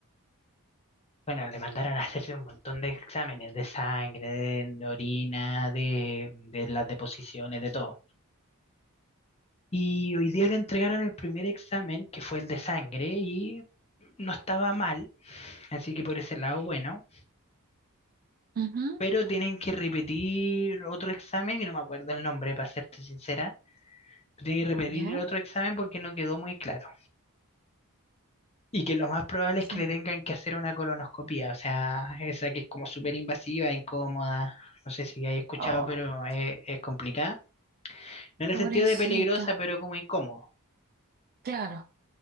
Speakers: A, on the left; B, on the right.
A: bueno, le mandaron a hacerse un montón de exámenes de sangre, de orina, de, de las deposiciones, de todo. Y hoy día le entregaron el primer examen, que fue el de sangre, y no estaba mal, así que por ese lado, bueno.
B: ujú,
A: pero tienen que repetir otro examen, y no me acuerdo el nombre, para serte sincera, tienen que repetir
B: ya,
A: otro examen porque no quedó muy claro. Y que lo más probable
B: sí.
A: es que le tengan que hacer una colonoscopía, o sea, esa que es como súper invasiva, incómoda, no sé si hay escuchado,
B: Oh,
A: pero es, es complicada. No en el
B: pobrecita,
A: sentido de peligrosa, pero como incómodo.
B: claro.